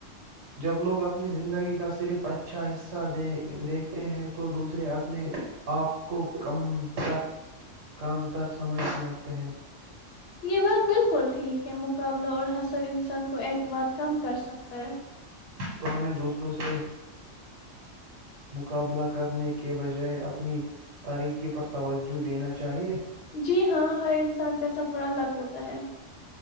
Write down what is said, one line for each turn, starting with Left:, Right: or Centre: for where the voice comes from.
Right: جب لوگ اپ اپنی زندگی کا صرف اچھا حصہ دیکھتے ہیں تو دوسرے اپنے آپ کو کم تر کم تر سمجھنے لگتے ہیں
Left: یہ بات بالکل ٹھیک ہے مقابلہ اور حسد انسان کو اعتماد کم کر سکتا ہے
Right: تو ہمیں دوسروں سے مقابلہ کرنے کے بجائے اپنی تاریکی پر توجہ دینا چاہیے
Left: جی ہاں ہر انسان کا سفر الگ ہوتا ہے